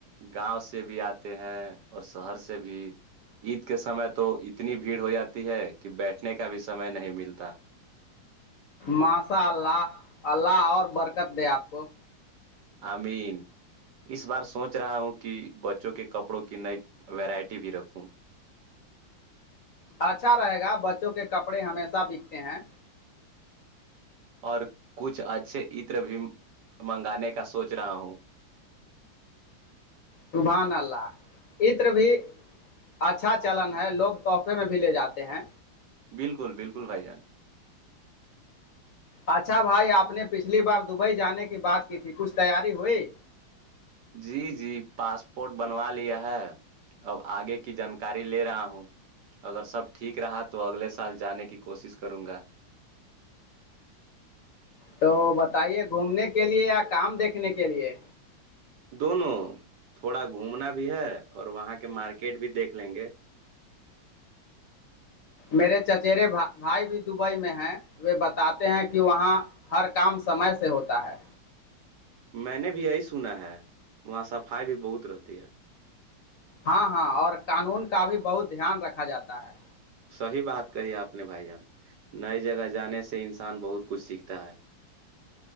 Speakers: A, on the right; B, on the left.
A: گاؤں سے بھی آتے ہیں اور شہر سے بھی عید کے سمے تو اتنی بھیڑ ہو جاتی ہے کہ بیٹھنے کا بھی سمے نہیں ملتا
B: ماشاء اللہ اللہ اور برکت دے آپ کو
A: امین اس بار سوچ رہا ہوں کہ بچوں کے کپڑوں کی نئی ویرائٹی بھی رکھوں
B: اچھا رہے گا بچوں کے کپڑے ہمیشہ بکتے ہیں
A: اور کچھ اچھے عطر بھی منگانے کا سوچ رہا ہوں
B: شبحان اللہ ا طر بھی اچھا چلن ہے لوگ تحفے میں بھی لے جاتے ہیں
A: بالکل بالکل بھائی جان
B: اچھا بھائی آپ نے پچھلی بار دبئی جانے کی بات کی تھی کچھ تیاری ہوئی
A: جی جی پاسپورٹ بنوا لیا ہے اب آگے کی جانکاری لے رہا ہوں اگر سب ٹھیک رہا تو اگلے سال جانے کی کوشش کروں گا
B: تو بتائیے گھومنے کے لیے یا کام دیکھنے کے لیے
A: دونوں تھوڑا گھومنا بھی ہے اور وہاں کے مارکیٹ بھی دیکھ لیں گے
B: میرے چچرے بھائی بھی دبئی میں ہیں وہ بتاتے ہیں کہ وہاں ہر کام سمے سے ہوتا ہے
A: میں نے بھی یہی سنا ہے وہاں صفائی بھی بہت رہتی ہے
B: ہاں ہاں اور قانون کا بھی بہت دھیان رکھا جاتا ہے
A: صحیح بات کہی آپ نے بھائی جان نئی جگہ جانے سے انسان بہت کچھ سیکھتا ہے <inaudible>